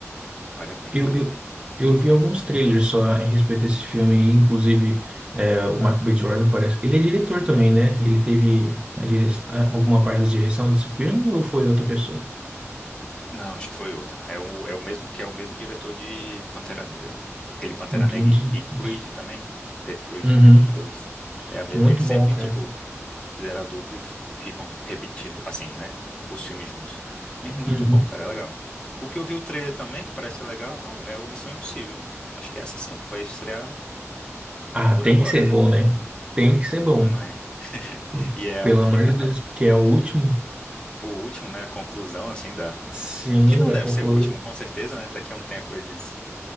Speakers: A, on the left (about 20°); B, on the right (about 20°).
A: vale a pena,
B: Eu,
A: cara.
B: eu, eu vi alguns trailers só em respeito desse filme, inclusive é, o Michael B. Jordan parece. que Ele é diretor também, né? Ele teve a dire... a- alguma parte da direção desse filme ou foi outra pessoa?
A: Não, acho que foi outra. É o, é o mesmo que é o mesmo diretor de Pantera Negra. Aquele Pantera
B: Entendi.
A: Negra e, e Creed
B: Nossa.
A: também. Teve Creed
B: Uhum.
A: um, Creed 2. É a mes...
B: Muito
A: Eles
B: bom,
A: sempre,
B: cara.
A: tipo, fizeram a dupla e f- ficam repetindo, assim, né? Os filmes juntos. Mas muito
B: Uhum.
A: bom, cara. É legal. O que eu vi o trailer também, que parece ser legal, é o Missão Impossível. Acho que essa se- vai estrear
B: Ah,
A: por
B: tem
A: agora,
B: que ser
A: né?
B: bom, né? Tem que ser bom.
A: Pois não é? <laughs>
B: Por-
A: E é
B: Pelo
A: o final,
B: amor de Deus, porque é o último.
A: o último, né? A conclusão, assim, da.
B: Sim,
A: Que não
B: vai
A: deve
B: concluir.
A: ser o último, com certeza, né? Daqui a um tempo eles